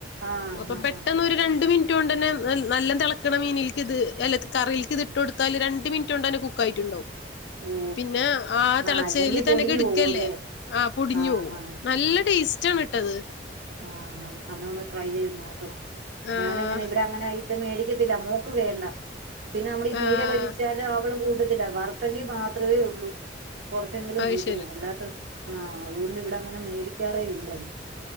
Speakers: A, on the right; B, on the left.
A: ആഹ്
B: അപ്പൊ
A: ആഹ്
B: പെട്ടെന്ന്
A: ആഹ്
B: ഒരു രെണ്ട്‌ മിൻ റ്റോണ്ടന്നെ നല്ല തെളക്കണ മീനിൽക്ക് ഇത് എലത് കറീൽക്ക് ഇട്ട് കൊടുത്താല് രണ്ട് മിൻറ്റ് കൊണ്ട് തന്നെ കുക്കായിയിട്ടുണ്ടാവും
A: ഓ
B: പിന്നെ ആ തിളച്ചേയില്
A: ആഹ് അല്ലെങ്കിൽ
B: തന്നെ
A: പൊടിഞ്ഞു
B: കേട്കയല്ലേ
A: പോകൂല്ലേ
B: ആ പൊടിഞ്ഞോവും
A: ആഹ്
B: നല്ല ടേസ്റ്റ് ആണ്‌ട്ടാത്
A: ആഹഹാ അന്ന ഒന്ന് ട്രൈ ചെയ്ത് നോക്കണം.
B: ആഹ്
A: ഞാനങ്ങനെ ഇവിടെ അങ്ങനെ ഈ ഇത് മേടിക്കത്തില്ല മോക്ക് വേണ്ട. പിന്നെ നമ്മള് ഈ
B: ആഹ്
A: പീരെ വറ്റിച്ചാല് അവള് കൂ കൂട്ടത്തില്ല വർത്തമീൻ മാത്രവെ ഉള്ളൂ. കൊറേചെങ്കിലും
B: അത്
A: കൂട്ടുന്നെ
B: ശരി
A: അല്ലാത്തത് ആഹ അത്കൊണ്ട് ഇവിടെ അങ്ങനെ മേടിക്കാറേ ഇല്ലത്.